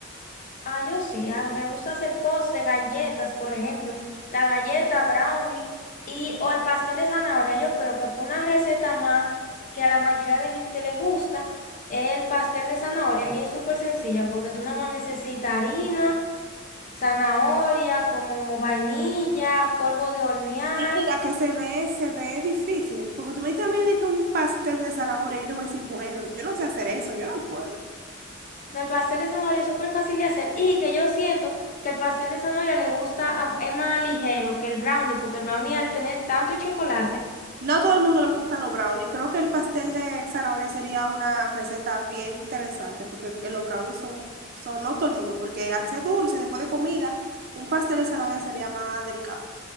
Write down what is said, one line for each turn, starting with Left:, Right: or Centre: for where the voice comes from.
Left: Ah, yo sí, ah, me gusta hacer postres, galletas, por ejemplo, la galleta, brownie y o el pastel de zanahoria. Yo creo que por una receta más que a la mayoría de gente le gusta es el pastel de zanahoria y es súper sencilla porque tú nada más necesitas harina, zanahoria, como vainilla, polvo de hornear.
Right: Y mira que se ve, se ve difícil. Porque tú me dices a mí de que un pastel de zanahoria, yo te voy a decir, bueno, yo no sé hacer eso, yo no puedo.
Left: No, el pastel de zanahoria es súper fácil de hacer y que yo siento que el pastel de zanahoria le gusta, a- es más ligero que el brownie porque el brownie al tener tanto chocolate
Right: No a todo el mundo le gustan los brownies. Creo que el pastel de zanahoria sería una receta bien interesante, porque los brownies son, son no todo el mundo, porque al ser dulce, después de comida, un pastel de zanahoria sería más delicado.